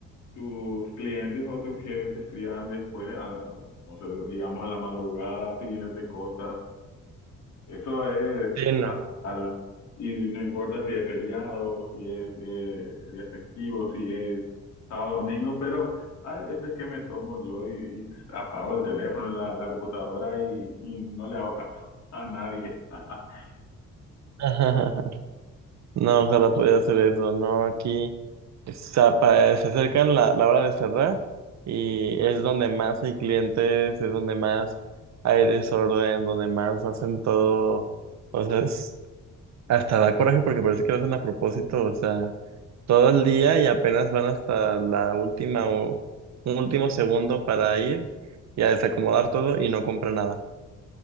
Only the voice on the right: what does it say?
Sí, no.
<laughs> No, ojalá pudiera hacer eso. No, aquí está pa- se acercan la, la hora de cerrar y es donde más hay clientes, es donde más hay desorden, donde más hacen todo. O sea, es- hasta da coraje porque parece que lo hacen a propósito. O sea, todo el día y apenas van hasta la última o un último segundo para ir y a desacomodar todo y no compra nada.